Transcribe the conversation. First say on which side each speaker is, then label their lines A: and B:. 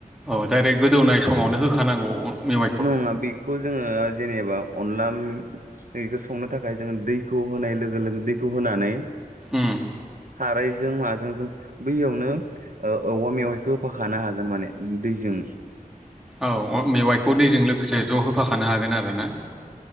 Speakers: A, in the centre; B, on the right (about 65°).
A: औ डायरेक्ट गोदौनाय समावनो होखानांगौ मेवाइखौ
B: नङा बेखौ जोङो जेनेबा अनलाखौ संनो थाखाय जोंङो दैखौ होनाय लोगो लोगो दैखौ होनानै
A: ओम
B: खारैजों माजों बैयावनो औवा मेवाइखौ होफाखानो हागोन माने दैजों
A: औ मेवाइखौ दैजों लोगोसे ज' होफाखानो हागोन आरो ना